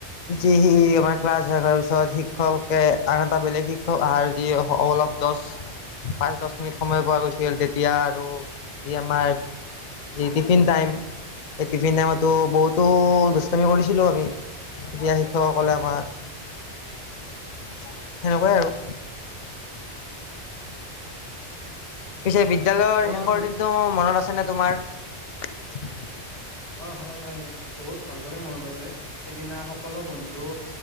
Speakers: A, on the left; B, on the left.
A: যি সি আমাৰ ক্লাছাৰ পিছত শিক্ষকে আন এটা বেলেগ শিক্ষক আহহাৰ যি অলপ দহ পাঁচ দহ মিনিট সময় পোৱা গৈছিল তেতিয়া আৰু যি আমাৰ টিফিন টাইম স টিফিন টাইমতো বহুতো আমি কৰিছিলোঁ আমি তেতিয়া শিক্ষকসকলে
B: অ
A: আমাৰ সেনেকুৱাই আৰু
B: অ
A: পিছে বিদ্্যালয়ৰ
B: তোমাৰ
A: শেষৰ
B: বি-
A: দিনটো মনত আছে ন তোমাৰ
B: অ হয় বহুত ভালদৰে মনত আছে সেইদিনা সকলো বন্ধু